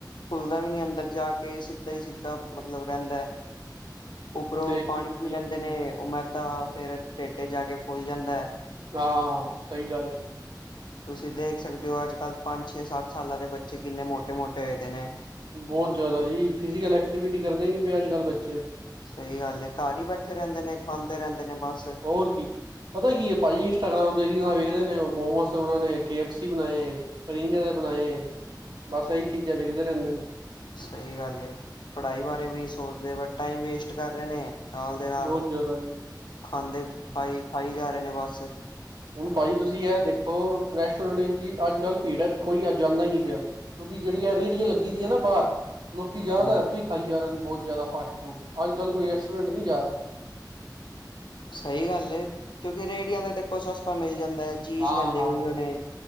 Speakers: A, on the left; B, on the right.
A: ਘੂੱਲਦਾ ਵੀ ਨੀ ਅੰਦਰ ਜਾ ਕੇ ਸਿੱਦਾ ਈ ਸਿੱਦਾ ਮਤਲਬ ਰੈਂਦੈ।
B: <inaudible>
A: ਉਪਰੋ
B: ਦੇਖ
A: ਪਾਣੀ
B: ਬਿਲਕੁਲ
A: ਪੀ ਲੈਂਦੇ ਨੇ,
B: ਜੀ
A: ਓ ਮੈਦਾ ਫੇਰ ਢੇਡ ਚ ਜਾਕੇ ਫੁੱਲ ਜਾਂਦੈ।
B: ਹਾਂ, ਸਈ ਗੱਲ ਏ।
A: ਤੁਸੀਂ ਦੇਖ ਸਕਦੇ ਓ ਆੱਜ-ਕੱਲ ਪੰਜ, ਛੇ, ਸਾੱਤ ਸਾਲਾਂ ਦੇ ਬੱਚੇ ਕਿੰਨੇ ਮੋਟੇ, ਮੋਟੇ ਹੋਏ ਦੇ ਨੇ।
B: ਬੋਤ ਜਾਦਾ ਜੀ ਫਿਜੀ਼ਕਲ ਐਕਟੀਵਿਟੀ ਕਰਦੇ ਈ ਨੀ ਪਏ ਅੱਜ-ਕੱਲ੍ਹ ਬੱਚੇ।
A: ਸਈ ਗਾੱਲ ਏ ਘਾਰ ਈ ਬੈਠੇ ਰੈਂਦੇ ਨੇ ਖਾਂਦੇ ਰੈਦੇ ਨੇ ਬਾਸ।
B: ਹੋਰ ਕੀ। ਪਤਾ ਕੀ ਏ ਭਾਜੀ, ਇੰਸਟਾਗ੍ਰਾਮ ਤੇ ਰੀਲਾਂ ਵੇਖਦੇ ਨੇ ਓ ਮੋਮੋਸ ਓਨਾਂ ਨੇ ਕੇ ਐਫ ਸੀ ਬਣਾਏ ਪਨੀਰ ਦੇ ਬਨਾਏ ਬਸ ਐਈ ਚੀਜਾ ਵਿਕਦੇ ਰੈਂਦੇ ਨ।
A: ਸਈ ਗਾੱਲ ਏ, ਪੜ੍ਹਾਈ ਬਾਰੇ ਵੀ ਨੀ ਸੋਚਦੇ ਬਟ ਟਾਈਮ ਵੇਸਟ ਕਰ ਰੇ ਨੇ, ਨਾਲ਼ ਦੇ ਨਾਲ਼।
B: ਬੋਤ ਜੇਆਦਾ ਜੀ।
A: ਖਾਂਦੇ, ਖਾਈ, ਖਾਈ ਜਾ ਰੇ ਨੇ ਬਾਸ।
B: ਹੁਨ ਭਾਜੀ ਤੁਸੀਂ ਐ ਦੇਖੋ, ਰੈਸਟੋਰੈਂਟ ਵਿੱਚ ਕੀ, ਅੱਜ-ਕੱਲ ਭੀੜ ਐ ਕੋਈ ਜਾਂਦਾ ਈ ਨੀ ਪੇਆ। ਕੇਓਕਿ ਜੇੜੀ ਆ ਰੇੜੀਆਂ, ਲੱਗੀ ਦੀਆਂ ਨਾ ਬਾਹਰ ਲੋਕੀ ਜੇਆਦਾਤਰ
A: ਹਾਂਜੀ
B: ਐਥੋਂ ਈ ਖਾਈ ਜਾ ਰਏ ਨੇ ਬੋਤ ਜੇਆਦਾ ਫਾਸਟਫੂੜ, ਆੱਜ-ਕੱਲ ਕੋਈ ਰੈਸਟੋਰੰਟ ਨੀ ਜਾਰੇਆ
A: ਸਈ ਗੱਲ ਏ, ਕੇਓਕਿ ਰੇੜੀਆਂ ਤੇ ਤਾ ਦੇਖੋ ਸਸਤਾ ਮਿਲ ਜਾਂਦੈ। ਚੀਜ਼,
B: ਹਾਂ-ਹਾਂ,
A: ਕੈੰਦੇ ਓਈ ਓ ਨੇ,